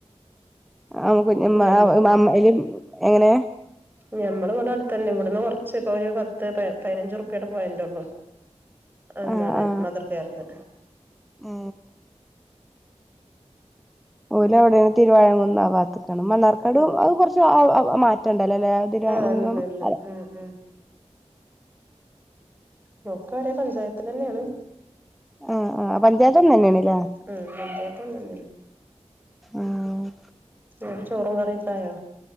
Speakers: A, in the centre; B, on the right.
A: ആഹ് ആം കുഞ്ഞിമ്മ
B: ഞമ്മള്
A: <unintelligible> എങ്ങെനേ
B: ഞമ്മൾ ഇവിടെ അടുത്തന്നെ ഇവട്ന്ന് കൊറച്ച് ഇപ്പൊ ഒരു പത്ത് പ പതിനഞ്ചു റുപ്പ്യടെ പോയന്റാെള്ളു എന്താണ്
A: ആ ആ
B: മദർ കെയർക്ക്
A: ഏ ഓലാവ്ടെയാണ് തിരുവാഴകുന്ന് ആ ഭാ ക്കണം മണ്ണാർക്കാട്
B: ഉം ഉം
A: അത് കുറച്ച് മാറ്റം ഇണ്ടല്ലോല്ലെ തിരുവാകുന്നും
B: ആഹ് ഉണ്ട് ഉണ്ട്
A: അ
B: ഉം ഉം നോക്കാണെ പഞ്ചായത്തിന്നെയാണ്
A: ആ ആ പഞ്ചായത്ത് ഒന്നന്നേണ്ണല്ലേ
B: ഉം പഞ്ചായത്ത് ഒന്ന് തന്നെയാണ്
A: ആഹ്
B: എന്നിട്ട് ചോറും കറിയൊക്കായോ